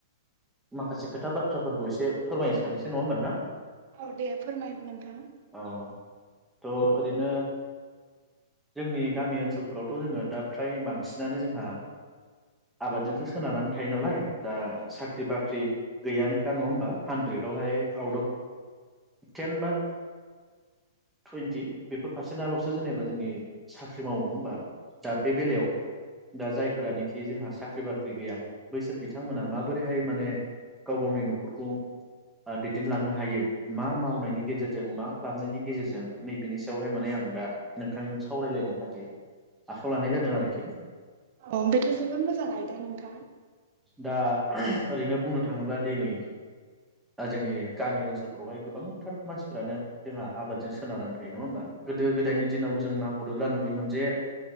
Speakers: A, in the centre; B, on the right.
A: माखासे खोथा बाथ्राफोरखौ एसे फोरमायनो सानोसै नङा होमबा नोंथां
B: औ दे फोरमाय नोंथां
A: औ थ' ओरैनो जोंनि गामि ओनसोलफोरावथ' जोङो दा फ्राय बांसिनानो जोंहा आबादजोंसो सोनारनानै थायो नालाय दा साख्रि बाख्रि गैयानो नङा ओमबा हान्ड्रेडआवहाय आउट आ थेन बा टुइन्टि बेफोर पारसेन्टआल'सो जेनेबा जोंनि साख्रि मावनो होमबा। दा बे बेलायाव दा जायफोरानोखि जोंहा साख्रि बाख्रि गैया बैसोर बिथांमोना माबोरैहाय माने गाव गावनि न'खरखौ दैदेनलांनो हायो मा मावनायनि गेजेरजों जों मा खालामनायनि गेजेरजों नैबेनि सायावहाय माने आं दा नोंथांजों सावरायलायनो थाखाय आखायाव लानाय जादों आरोखि
B: अ बेथ' जोबोद मोजां आइदा नोंथां
A: दा ओरैनो बुंनो थाङोब्ला दिनै जोंनि गामि ओनसोलफ्रावहाय गोबांथार मानसि फोरानो जोंहा आबादजों सोनारनानै थायो नङा होमबा गोदो गोदायनि
B: औ
A: दिनाव जोंना हरोब्ला नुवयोमोन जे